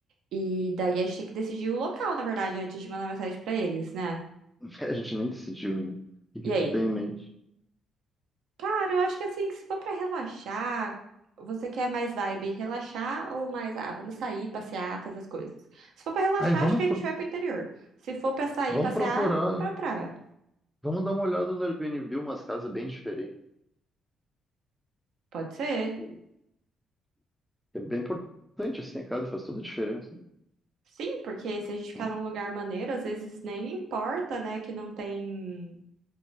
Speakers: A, on the right; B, in the centre.
A: e daí a gente tem que decidir o local, na verdade, antes de mandar mensagem pra eles, né?
B: <laughs> A gente nem decidiu ainda. O que que
A: E aí?
B: tu tem em mente?
A: Cara, eu acho que assim, que se for pra relaxar, você quer mais vibe relaxar ou mais, ah, vamos sair, passear, fazer as coisas. Se for pra relaxar,
B: Aí vamos,
A: acho que a
B: pro-
A: gente vai pro interior. Se for pra sair,
B: vamos
A: passear,
B: procurar,
A: vamos pra praia.
B: vamos dar uma olhada no Airbnb, umas casas bem diferentes.
A: Pode ser?
B: E- É bem importante, assim, a casa faz toda a diferença.
A: Sim, porque se a gente ficar
B: Como-
A: num lugar maneiro, às vezes nem importa, né, que não tem